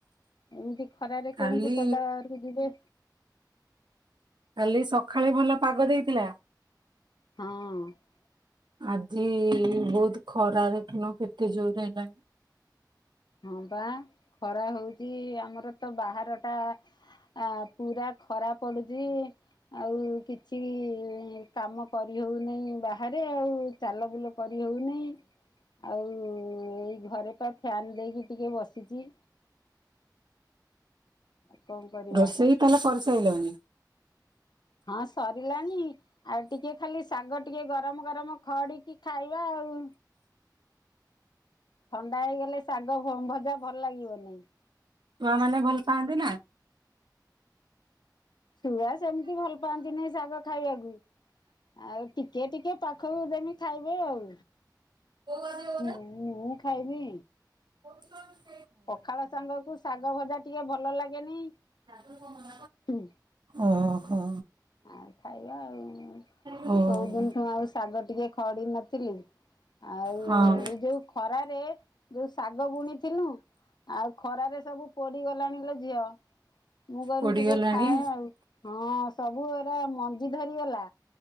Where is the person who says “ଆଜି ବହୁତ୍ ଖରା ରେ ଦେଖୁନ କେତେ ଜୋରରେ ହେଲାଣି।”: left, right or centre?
Right